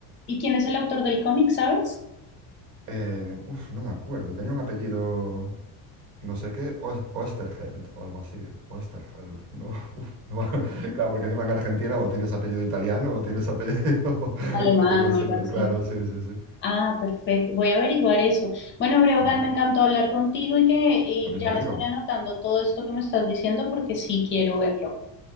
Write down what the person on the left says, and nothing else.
¿y quién es el autor del cómic, sabes?
Alemán
o algo
así.
Ah, perfecto. Voy a averiguar eso. Bueno, Breogán,
me encantó hablar contigo y que y
ya me
estoy anotando todo esto que me estás diciendo porque sí quiero verlo.